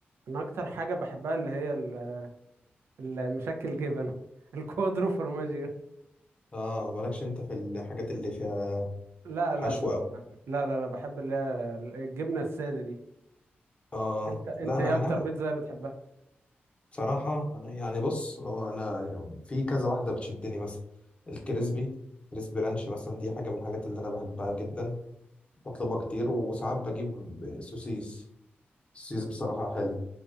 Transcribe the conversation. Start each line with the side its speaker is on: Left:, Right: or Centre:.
Right: انا اكتر حاجه بحبها اللي هي ال- المشكل جبن <laughs> الكوادرو فورماجيو
Left: اه مالكش انت في الحاجات اللي فيها
Right: لا
Left: حشو
Right: لا ب-
Left: أوي
Right: لا لا لا بحب اللي هي الجبنه الساده دي
Left: اه
Right: انت انت
Left: لا انا
Right: ايه
Left: انا
Right: اكتر بيتزا بتحبها
Left: بصراحه انا يعني بص هو انا في كذا واحده بتشدني مثلا الكريسبي كريسبي رانش مثلا دي حاجه من الحاجات اللي انا بحبها جدا بطلبها كتير وساعات بجيب سوسيس سوسيس بصراحه حلو